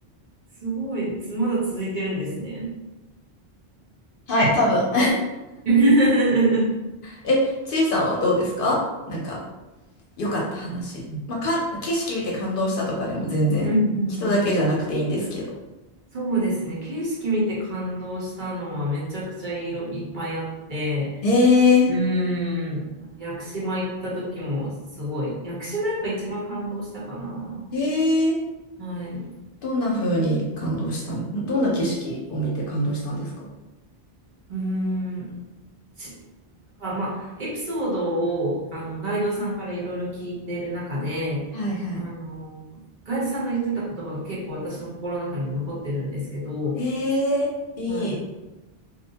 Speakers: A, on the right; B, on the left.
A: すごい。つまだ続いてるんですね。
B: はい、多分。<laughs>
A: <laughs> うん
B: え、ちいさんはどうですかなんか、良かった話。まあ、か景色見て感動したとかでも全然、
A: うんうんうん。
B: 人だけじゃなくていいんですけど。
A: そうですね。景色見て感動したのはめちゃくちゃいろいっぱいあって、
B: へえ、
A: うーん、なんか屋久島行った時もすごい。屋久島やっぱ一番感動したかな。
B: へえ。
A: はい。う
B: どんな風に感動したん、どんな景色を見て感動したんですか
A: ーん。しだからまあ、エピソードをあのガイドさんからいろいろ聞いてる中で、
B: はいはい。
A: あの、ガイドさんが言ってた言葉が結構私の心の中に残ってるんですけど、
B: へえ、いい。
A: はい、